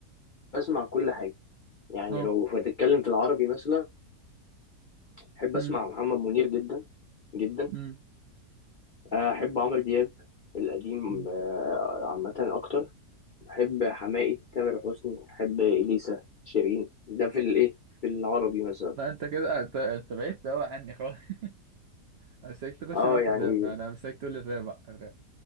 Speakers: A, on the left; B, on the right.
A: بسمع كل حاجه يعني
B: اه
A: لو هتتكلم في العربي مثلا احب
B: امم
A: اسمع محمد منير جدا جدا
B: امم،
A: آه، احب عمرو دياب القديم
B: امم.
A: آه، عامه اكتر بحب حماقي تامر حسني بحب اليسا شيرين ده في الايه في العربي مثلا
B: لا انت كده انت انت بعدت قوي عني خالص <laughs> انا مستنيك تخش
A: اه
B: بقى
A: يعني
B: في الراب يعني انا مستنيك تقول لي الراب بقى الراب